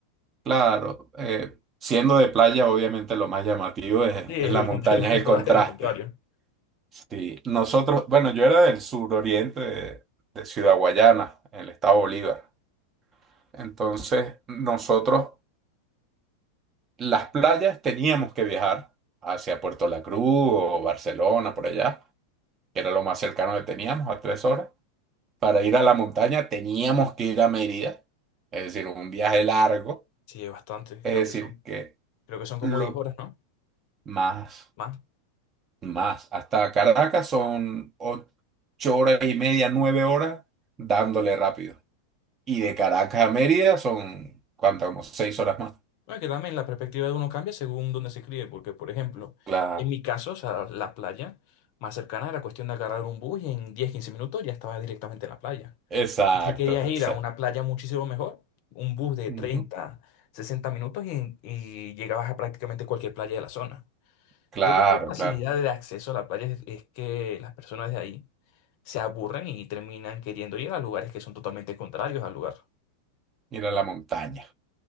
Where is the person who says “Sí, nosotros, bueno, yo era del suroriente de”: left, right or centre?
Right